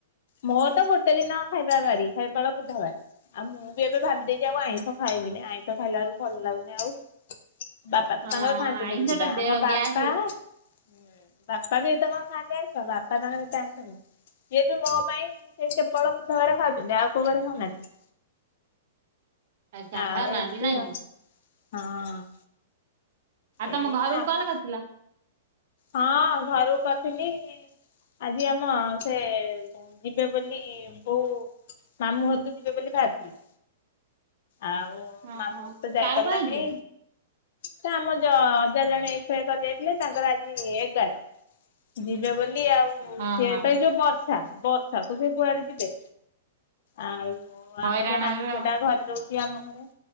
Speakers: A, on the left (about 60°); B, on the right (about 60°).
A: ମୋର ତ ଗୋଟେ ଦିନ ଖାଇବା ପାଳି କେବଳ ବୁଧବାର, ଆଉ ମୁଁ ଏବେ ଭାବିଦେଇଚି ଆଉ ଆଇଁଷ ଖାଇବିନି ଆଇଁଷ ଖାଇଲା ବେଳକୁ ଭଲ ଲାଗୁନି ଆଉ। ବାପା ତ
B: ହଁ
A: ତାଙ୍କର ଖାଆନ୍ତିନି
B: ଆଇଁଷ
A: ବି ସିଧା,
B: ଟା ଦେହ
A: ଆମ ବାପା
B: ଗ୍ୟାସ୍ ହଉଛି।
A: ବାପା ବି ଏତେ କଣ ଖାଆନ୍ତି ଆଇଁଷ ବାପା ତାଙ୍କର ଏତେ ଆଇଁଷ ଇଏ ବି ମୋ ପାଇଁ ସେଇ କେବଳ ବୁଧବାରେ ଖାଉଛନ୍ତି ଆଉ କୋଉ ବାରେ ଖାଉନାହାନ୍ତି
B: ଆଚ୍ଛା
A: ଆଉ
B: ଖାଉନାହାନ୍ତି
A: ଏମତି
B: ନାଇଁ
A: ଆଉ,
B: କି
A: ହଁ
B: ଆଉ
A: ଏଇ
B: ତମ ଘରକୁ
A: ନାନୀ
B: କଲ କରିଥିଲ?
A: ହଁ ଘରକୁ କରିଥିଲି ଆଜି ଆମ ସେ ଯିବେ ବୋଲି ବୋଉ ମାମୁଁ ଘରକୁ ଯିବେ ବୋଲି ଭାବିବଥିଲେ ଆଉ
B: ଓହୋ
A: ମାମୁଁ ଘରତ ଯାଇ
B: କାର
A: ପାରିଲାନି
B: କଣ ହେଇଛି
A: ସେ ଆମ ଯ ଅଜା ଜଣେ ଏସ କରି ଯାଇଥିଲେ ତାଙ୍କର ଆ ଏଗାର ଯିବେ ବୋଲି ଆଉ
B: ହଁ
A: ସେଏ
B: ହଁ
A: ତ ଏ ଯୋଉ ବର ଶା ବର୍ଷାକୁ ସେ କୁଆଡେ ଯିବେ? ଆଉ
B: ହଇରାଣ
A: ଆମର ସେ ନାନୀ
B: ହେବେ
A: ଝିଅଟା
B: ଆଉ
A: ଘରେ ରଉଛି ଆମ ଘରେ,